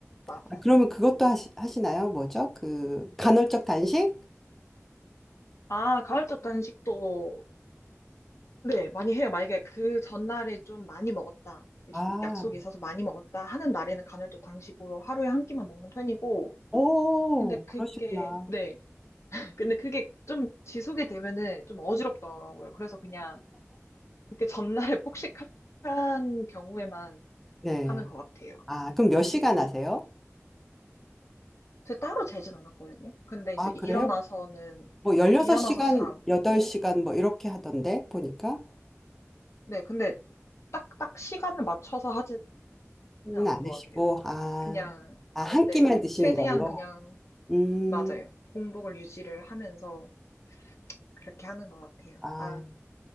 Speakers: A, on the left; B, in the centre.
A: 맞아요.
B: 아, 그러면 그것도 하시, 하시나요? 뭐죠? 그 간헐적 단식?
A: 아, 가을적 단식도 네, 많이 해요. 만약에 그 전날에 좀 많이 먹었다,
B: 아,
A: 약속이 있어서 많이 먹었다 하는 날에는 간헐적 단식으로 하루에 한 끼만 먹는 편이고,
B: 오,
A: 근데 그게,
B: 그러시구나.
A: 네, 근데 그게 좀 지속이 되면은 좀 어지럽더라고요. 그래서 그냥 그렇게 전날에 <laughs> 폭식한 경우에만
B: 네.
A: 하는 것 같아요.
B: 아, 그럼
A: 네.
B: 몇 시간 하세요?
A: 제 따로 재진 않았거든요. 근데 이제
B: 아, 그래요?
A: 일어나서는,
B: 뭐
A: 네,
B: 16시간,
A: 일어나서 잘 안 먹고,
B: 8시간 뭐 이렇게 하던데 보니까.
A: 네, 근데 딱, 딱 시간을 맞춰서 하진
B: 는안
A: 않는 것
B: 드시고,
A: 같아요.
B: 아,
A: 그냥,
B: 아, 한
A: 네,
B: 끼만 드시는
A: 최대한
B: 걸로?
A: 그냥,
B: 음,
A: 맞아요. 공복을 유지를 하면서 그렇게 하는 것 같아요.
B: 아,
A: 아,